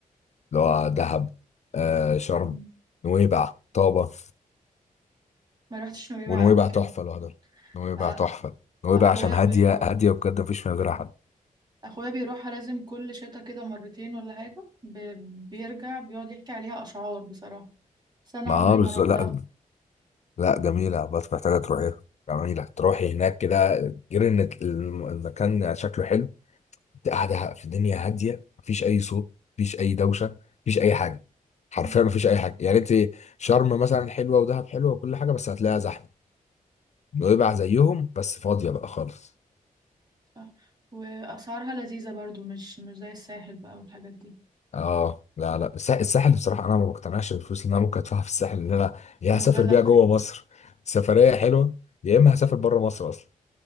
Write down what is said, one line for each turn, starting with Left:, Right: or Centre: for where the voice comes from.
Left: اللي هو دهب آه شرم
Right: مم.
Left: نويبع طابه
Right: ما رحتش نويبع
Left: ونويبع
Right: قبل كده
Left: تحفه لوحدها نويبع
Right: آه،
Left: تحفه نويبع
Right: اخويا
Left: عشان هاديه
Right: بيروح
Left: هاديه بجد ما فيش فيها غيرها حد
Right: اخويا بيروحها لازم كل شتا كده مرتين ولا حاجة ب... بيرجع بيقعد يحكي عليها اشعار بصراحة بس انا
Left: ما
Right: عمري
Left: آه،
Right: ما
Left: بالظبط
Right: روحتها
Left: لا لا جميلة بس محتاجة تروحيها جميلة تروحي هناك كده غير ان الم- المكان شكله حلو انت قاعدة في الدنيا هادية مفيش أي صوت مفيش أي دوشة مفيش أي حاجة حرفيا
Right: مم.
Left: مفيش أي حاجة يعني انت شرم مثلا حلوة ودهب حلوة وكل حاجة بس هتلاقيها زحمة نويبع زيهم بس فاضية بقى خالص
Right: صح واسعارها لذيذة برضو مش مش زي الساحل بقى والحاجات دي
Left: اه لا لا الساحل, الساحل بصراحة أنا ما بقتنعش بالفلوس اللي أنا ممكن أدفعها في الساحل إن أنا يا
Right: مبالغ
Left: هسافر بيها
Right: فيه
Left: جوه مصر سفرية حلوة يا إما هسافر بره مصر أصلا